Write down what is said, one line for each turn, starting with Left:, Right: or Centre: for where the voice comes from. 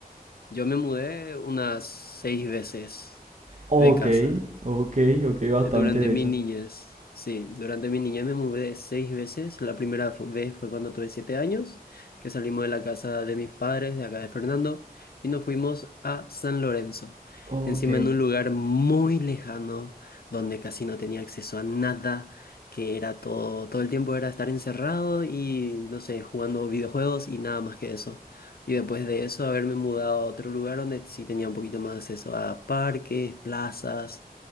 Left: Yo me mudé unas seis veces
Right: Ok,
Left: de casa.
Right: ok, ok, bastante,
Left: Durante
Right: de
Left: mi
Right: hecho.
Left: niñez, sí, durante mi niñez me mudé seis veces. La primera fu- vez fue cuando tuve siete años, que salimos de la casa de mis padres, de acá de Fernando, y nos fuimos a San Lorenzo.
Right: Ok,
Left: Encima en un lugar muy lejano, donde casi no tenía acceso a nada, que era todo, todo el tiempo era estar encerrado y, no sé, jugando videojuegos y nada más que eso. Y después de eso, haberme mudado a otro lugar donde sí tenía un poquito más acceso a parques, plazas